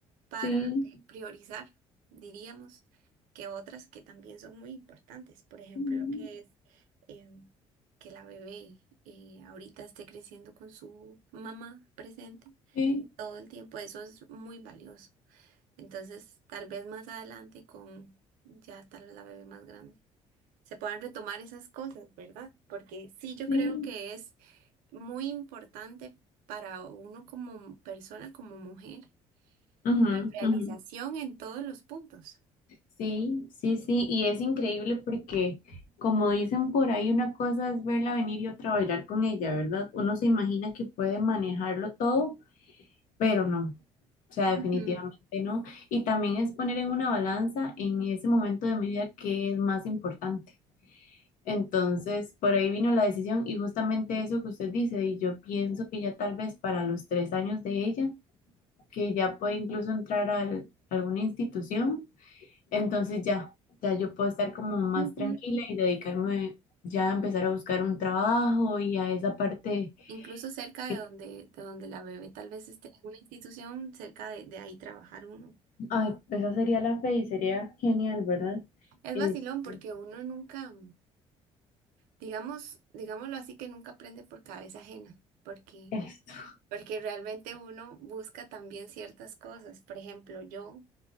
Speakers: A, on the right; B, on the left.
A: para
B: sí,
A: eh, priorizar, diríamos, que otras que también son muy importantes. Por ejemplo,
B: ujú,
A: lo que es em, que la bebé eh, ahorita esté creciendo con su mamá presente
B: sí,
A: todo el tiempo, eso es muy valioso. Entonces, tal vez más adelante con ya tal vez la bebé más grande. Se puedan retomar esas cosas, ¿verdad? Porque sí, yo
B: sí.
A: creo que es muy importante para uno como persona, como mujer,
B: ujú,
A: la realización
B: ujú.
A: en todos los puntos,
B: Sí, sí, sí. Y es increíble porque, como dicen por ahí, una cosa es verla venir y otra bailar con ella, ¿verdad? Uno se imagina que puede manejarlo todo pero no, o sea, definitivamente
A: Ujú,
B: no. Y también es poner en una balanza en ese momento de mi vida qué es más importante. Entonces, por ahí vino la decisión y justamente eso que usted dice, y yo pienso que ya tal vez para los tres años de ella, que ya puede incluso entrar a al- alguna institución, entonces ya, ya yo puedo estar como más
A: ujú.
B: tranquila y dedicarme ya a empezar a buscar un trabajo y a esa parte
A: incluso cerca
B: que...
A: de donde, de donde la bebé tal vez esté en una institución, cerca de, de ahí trabajar uno.
B: Ay, esa sería la fe y sería genial, ¿verdad?
A: Es
B: Este,
A: vacilón porque uno nunca, digamos, digámoslo así, que nunca aprende por cabeza ajena, porque,
B: <laughs> esto.
A: porque realmente uno busca también ciertas cosas. Por ejemplo, yo